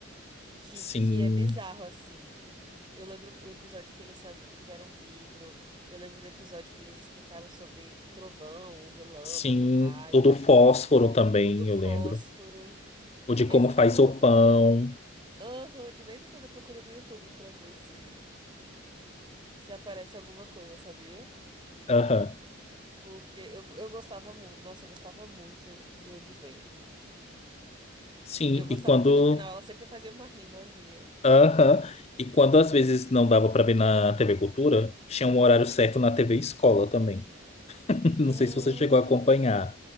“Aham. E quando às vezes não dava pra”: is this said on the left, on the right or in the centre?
Left